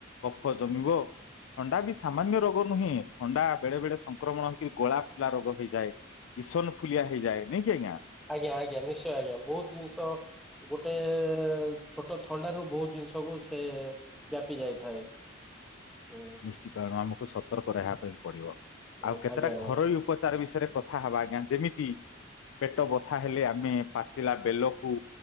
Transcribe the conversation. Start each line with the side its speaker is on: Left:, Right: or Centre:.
Left: କଫ ଜମିବ ଥଣ୍ଡା ବି ସାମାନ୍ୟ ରୋଗ ନୁହେଁ ଥଣ୍ଡା ବେଳେ ବେଳେ ସଂକ୍ରମଣ ହେଇକିରି ଗଳା ଫୁଲା ରୋଗ ହେଇ ଯାଏ ଈସନଫୁଲିଆ ହେଇଯାଏ ନାଇ କିି ଆଜ୍ଞା?
Centre: ଆଜ୍ଞା ଆଜ୍ଞା ନିଶ୍ଚୟ ଆଜ୍ଞା ବହୁତ ଜିନିଷ ଗୋଟେ ଛୋଟ ଥଣ୍ଡାରୁ ବହୁତ ଜିନିଷକୁ ସେ ବ୍ୟାପି ଯାଇଥାଏ ହୁଁ।
Left: ନିଶ୍ଚିତ ଆମକୁ ସତର୍କ ରହିବା ପାଇଁ ପଡିବ
Centre: ସବୁ
Left: ଆଉ କେତେଟା
Centre: ଆଜ୍ଞା
Left: ଘରୋଇ ଉପଚାର ବିଷୟରେ କଥା ହବା ଆଜ୍ଞା ଯେମିତି ପେଟ ବଥା ହେଲେ ଆମେ ପାଚିଲା ବେଲକୁ